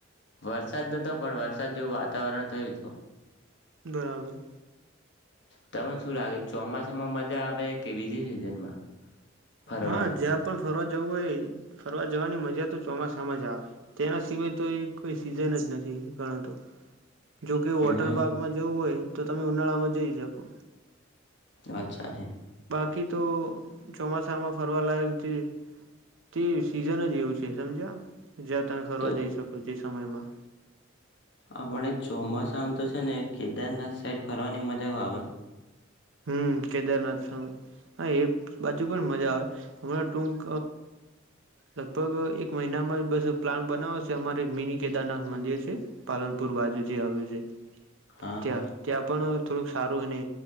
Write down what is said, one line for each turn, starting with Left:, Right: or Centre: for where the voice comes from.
Left: વરસાદ નતો પણ વરસાદ જેવું વાતાવરણ થયું હતું.
Right: બરાબર.
Left: તમને શું લાગે ચોમાસામાં મજા આવે કે બીજી સિઝનમાં?. ફરવાનમાં?
Right: હા જ્યાં પણ ફરવાજ જવું હોય ફરવા જવાની મજા તો ચોમાસામાં જ આવે તેના સિવાય તો એ કોઈ સિઝન જ નથી ગણતો. જોકે વોટર
Left: એવું એમ
Right: પાર્કમાં જવું હોય. તો તમે ઉનાળામાં જઈ શકો.
Left: અચા ચાલે.
Right: બાકી તો ચોમાસામાં ફરવાલાાયક જે, તે સીઝન જ એવું છે સમજ્યા. જ તમે ફરવા
Left: તો
Right: જઈશકો પ સમયમાં.
Left: આપણે ચોમાસા આમ તો છે ને કેદારનાથ સાઈડ ફરવાની મજા આવે.
Right: હમ કેદારનાથ, હા એ બાજુ પણ મજા આવે હમણાં ટૂક લગભગ એક મહિનામાં બસ પ્લાન બનાવ છે અમારે મિની કેદારનાથ મંદિર છે, પાલનપુર બાજુ જે આવ્યું છે.
Left: હા
Right: ત્યા ત્યા પણ થોડુંક સારું અને